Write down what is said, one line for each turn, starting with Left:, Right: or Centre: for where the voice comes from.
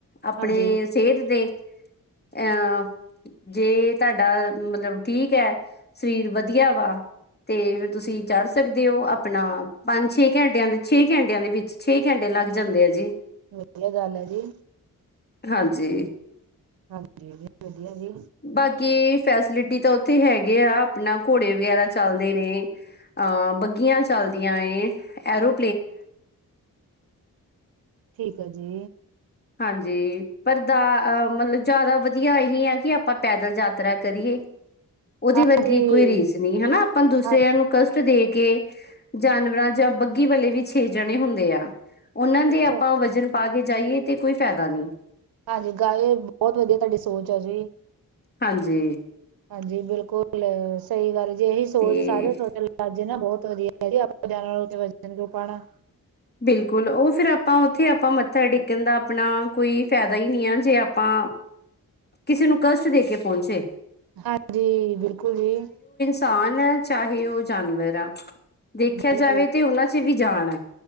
Left: ਆਪਣੇ
Right: ਹਾਂਜੀ,
Left: ਸੇਹਤ ਤੇ। <unintelligible> ਜੇ ਤੁਹਾਡਾ ਮਤਲਬ ਠੀਕ ਐ ਸਰੀਰ ਵਧੀਆ ਵਾ। ਤੇ ਫੇਰ ਤੁਸੀਂ ਚੜ੍ਹ ਸਕਦੇ ਹੋ ਆਪਣਾ ਪੰਜ ਛੇ ਘੰਟਿਆਂ ਦੇ ਛੇ ਘੰਟਿਆਂ ਦੇ ਵਿੱਚ। ਛੇ ਘੰਟੇ ਲੱਗ ਜਾਂਦੇ ਆ ਜੀ।
Right: ਵਧੀਆ ਗੱਲ ਐ ਜੀ।
Left: ਹਾਂਜੀ।
Right: ਹਾਂਜੀ ਵਧੀਆ ਜੀ।
Left: ਬਾਕੀ ਫੈਸਲਿਟੀ ਤਾਂ ਉੱਥੇ ਹੈਗੇ ਆ ਆਪਣਾ ਘੋੜੇ ਵਗੈਰਾ ਚੱਲਦੇ ਨੇ ਅਹ ਬੱਗੀਆਂ ਚੱਲਦੀਆਂ ਏ ਐਰੋ
Right: ਠੀਕ ਐ ਜੀ।
Left: ਹਾਂਜੀ ਪਰ ਦਾ ਮਤਲਬ ਜਾਦਾ ਵਧੀਆ ਇਹੀ ਆ ਕਿ ਆਪਾਂ ਪੈਦਲ ਯਾਤਰਾ ਕਰੀਏ।
Right: <inaudible>
Left: ਓਦੇ
Right: ਹਾਂਜੀ
Left: ਵਰਗੀ ਕੋਈ ਰੀਸ ਨੀ ਹਨਾ ਆਪਾਂ ਦੂਸਰਿਆਂ
Right: ਹਾਂ
Left: ਨੂੰ ਕਸ਼ਟ ਦੇ ਕੇ ਜਾਨਵਰਾਂ ਜਾਂ ਬੱਗੀ ਵਾਲੇ ਵੀ ਛੇ ਜਣੇ ਹੁੰਦੇ ਆ। ਉਨਾਂ
Right: ਅੱਛਾ।
Left: ਦੇ ਆਪਾਂ ਵਜ਼ਨ ਪਾ ਕੇ ਜਾਈਏ ਤੇ ਕੋਈ ਫੈਦਾ ਨੀ।
Right: ਹਾਂਜੀ ਗਾਲ ਬੋਤ ਵਧੀਆ ਤੁਹਾਡੀ ਸੋਚ ਆ ਜੀ।
Left: ਹਾਂਜੀ।
Right: ਹਾਂਜੀ ਬਿਲਕੁਲ ਸਈ ਗੱਲ ਜੇ ਏਹੀ ਸੋਚ
Left: ਤੇ
Right: ਸਾਰੇ ਸੋਚਣ ਲਗ ਜੇ ਨਾ ਬੋਤ ਵਧੀਆ <inaudible> ਆਪਾਂ ਜਾਨਵਰ ਉੱਤੇ ਵਜਣ ਕਿਉ ਪਾਣਾ।
Left: ਬਿਲਕੁਲ ਉਹ ਫਿਰ ਆਪਾਂ ਉੱਥੇ ਆਪਾਂ ਮੱਥਾ ਟੇਕਣ ਦਾ ਆਪਣਾ ਕੋਈ ਫੈਦਾ ਹੀ ਨੀ ਐ ਜੇ ਆਪਾਂ ਕਿਸੀ ਨੂੰ ਕਸ਼ਟ ਦੇ ਕੇ ਪੋਚੇ।
Right: ਹਾਂਜੀ ਬਿਲਕੁਲ ਜੀ।
Left: ਸਾਨ ਐ ਚਾਹੇ ਉਹ ਜਾਨਵਰ ਆ ਦੇਖਿਆ
Right: ਬਿਲਕੁਲ
Left: ਜਾਵੇ ਤਾਂ ਉਨਾਂ ਚ ਵੀ ਜਾਨ ਐ।